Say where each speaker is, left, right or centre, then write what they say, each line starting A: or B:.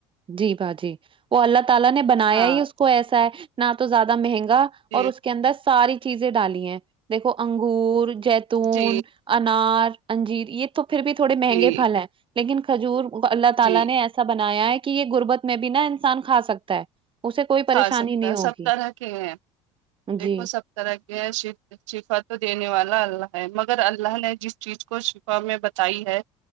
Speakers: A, on the right; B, on the right.
A: جی باجی وہ اللہ تعالی نے بنایا
B: ہاں
A: ہی اس کو ایسا ہے نہ تو زیادہ مہنگا
B: جی
A: اور اس کے اندر ساری چیزیں ڈالی ہیں دیکھو انگور جیتون
B: جی
A: انار انجیر یہ تو پھر بھی تھوڑے مہنگے
B: جی
A: پھل ہیں لیکن کھجور اللہ تعالی
B: جی
A: نےوایسے ایسا بنایا ہے کہ یہ غربت میں بھی نا انسان کھا سکتا ہے اسے کوئی پریشانی
B: کھا سکتا
A: نہیں
B: ہے
A: ہوگی
B: سب طرح کے ہیں
A: جی
B: دیکھو سب طرح کے ہیں شف شفا تو دینے والا اللہ ہے مگر اللہ نے جس چیز کو شفا میں بتائی ہے